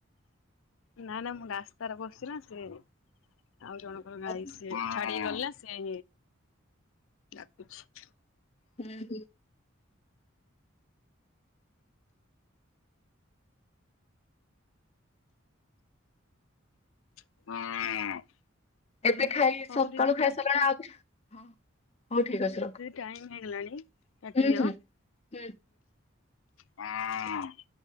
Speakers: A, on the left; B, on the left.
A: ନା ନା ମୁଁ ରାସ୍ତାରେ ବସି ନା ସିଏ ଆଉ ଜଣ
B: ହୁଁ
A: ଗଈ ସେ ଛାଡି ଗଲା ସେ ଡାକୁଚି।
B: ହଁ ହଁ।
A: <unintelligible>
B: ଏବେ ଖାଇ
A: ହଉ
B: ସକାଳୁ
A: ଦିଦି
B: ଖାଇ
A: ଟା
B: ସାରିଲଣି ଆଉ ହଉ ଠିକ୍ ଅଛି ରଖ।
A: ଟାଇମ୍ ହେଇଗଲାଣି କାଟିଦିଅ
B: ହୁଁ ହୁଁ ହୁଁ।
A: ହୁଁ।